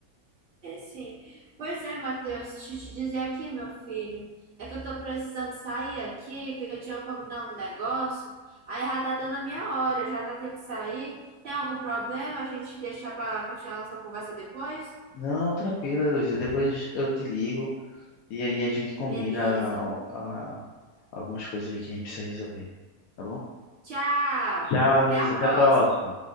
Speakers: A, on the right; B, on the left.
A: É, sim. Pois é, Matheus, deixa eu te dizer aqui, meu filho. É que eu tô precisando sair aqui, que eu tinha combinado um negócio. Aí já tá dando a minha hora, já já tenho que sair. Tem algum problema a gente deixar pra continuar nossa conversa depois?
B: Não, tranquilo, Luiz. Depois eu te ligo. E aí a gente combina
A: Beleza.
B: a- a- algumas coisas aí que a gente precisa resolver. Tá bom?
A: Tchau.
B: Tchau, Luiz.
A: Até a
B: Até
A: próxima.
B: a próxima.